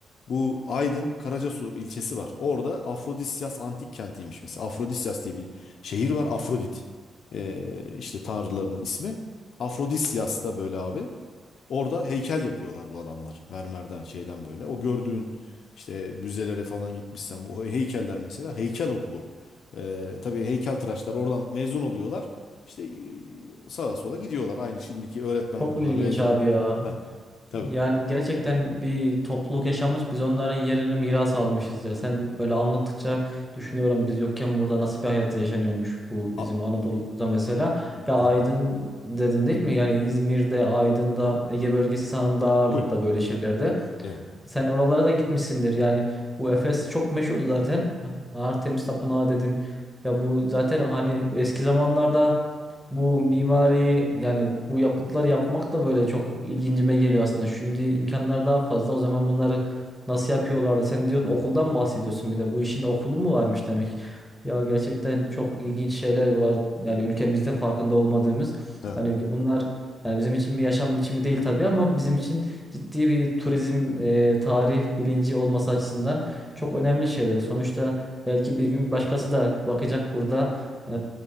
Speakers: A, on the left; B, in the centre.
A: Bu Aydın Karacasu ilçesi var. Orada Afrodisyas antik kentiymiş mesela. Afrodisyas diye bir şehir var. Afrodit e, işte tanrılarının ismi. Afrodisyas da böyle abi. Orada heykel yapıyorlar bu adamlar. Mermerden, şeyden böyle. O gördüğün işte müzelere falan gitmişsen bu heykeller mesela heykel okulu. Ee, tabii heykeltıraşlar oradan mezun oluyorlar. İşte e, sağa sola gidiyorlar. Aynı şimdiki öğretmen
B: Çok
A: okulundan
B: ilginç
A: mezun
B: abi
A: ol.
B: ya.
A: Ha, tabii.
B: Yani gerçekten bir topluluk yaşamış biz onların yerini miras almışız ya. Sen böyle anlattıkça düşünüyorum biz yokken burada nasıl bir hayat yaşanıyormuş bu bizim
A: A-
B: Anadolu'da mesela. Ya
A: evet.
B: Aydın dedin değil mi? Yani İzmir'de, Aydın'da, Ege bölgesi sanırım daha ağırlıkta
A: Full.
B: böyle şeylerde.
A: Evet.
B: Sen oralara da gitmişsindir. Yani bu Efes çok meşhur zaten. Artemis Tapınağı dedin. Ya bu zaten hani eski zamanlarda bu mimariyi yani bu yapıtlar yapmak da böyle çok ilgincime geliyor aslında. Şimdi imkanlar daha fazla. O zaman bunları nasıl yapıyorlardı? Sen diyor okuldan bahsediyorsun bir de. Bu işin okulu mu varmış demek? Ya gerçekten çok ilginç şeyler var. Yani ülkemizde farkında olmadığımız.
A: Evet.
B: Hani bunlar yani bizim için bir yaşam biçimi değil tabii ama bizim için ciddi bir turizm e, tarih bilinci olması açısından çok önemli şeyler. Sonuçta belki bir gün başkası da bakacak burada e,